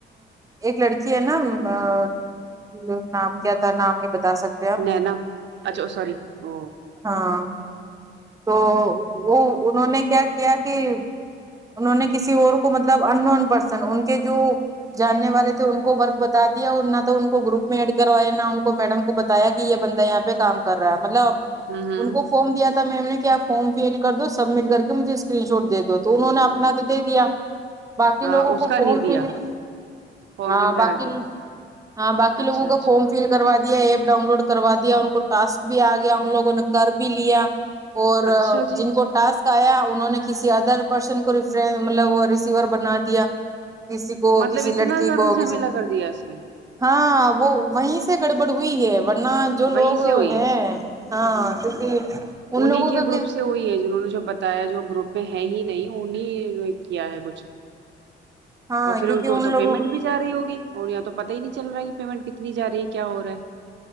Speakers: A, on the right (about 15°); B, on the right (about 65°).
A: ایک لڑکی ہے نا ا نام کیا تھا نام نہیں بتا سکتا
B: نہیں ن اچھا سور او
A: ہاں تو وہ انہوں نے کیا کیا کہ انہوں نے کسی اور کو مطلب ان نون پرسن ان کے جو جاننے والے تھے ان کو ورک بتا دیا اور نہ تو ان کو گروپ میں ایڈ کروایا نہ ان کو میڈم کو بتا بتایا کہ یہ بندہ یہاں پہ کام کر رہا ہے مطلب ا
B: ہوں ہوں
A: ان کو فارم دیا تھا میم نے کیا فارم فل کر دو سبمٹ کر کے مجھے اسکرین شاٹ دے دو تو انہوں نے اپنا تو دے دیا
B: ہاں
A: باقی لوگوں
B: اس
A: کو
B: کا
A: پہنچ
B: نہیں دیا
A: ہی میں
B: فارم
A: ہاں
B: فل کرا
A: باقیو
B: کے
A: ہاں باقی
B: اچھا
A: لوگوں
B: اچھا
A: کا فارم فل کروا دیا ایپ ڈاؤن لوڈ کروا دیا ان کو ٹسک بھی آ گیا ان لوگوں نے کر بھی لیا اور
B: اچھا جی
A: جن کو ٹاسک یا انہوں نے کسی ادر پرسن کو رف مطلب وہ ریسیور بنا دیا کسی کو
B: مطلب
A: کسی
B: اتنا
A: لڑکی
B: زیادہ
A: کو
B: جھمیلا
A: کسی
B: کر دیا اس میں
A: ہاں وہ وہیں سے گڑبڑ ہوئی ہے ورنہ جو
B: وہیں
A: لوگ
B: سے ہوئی
A: ہے ہاں کیونکہ ان
B: انیں
A: لوگوں
B: کے
A: کا
B: گروپ سے کوئی ہے جنہوں نے جو بتایا ہے جو گروپ میں ہے ہی نہیں انہیں کیا ہے کچھ
A: ہاں
B: اور پھر
A: کیونکہ
B: ان کو تو
A: لوگوں
B: پیمنٹ بھی جا رہی ہوگی اور یہاں تو پتہ ہی نہیں چل رہا ہے پیمنٹ کتنی جا رہی ہے کیا ہو رہا ہے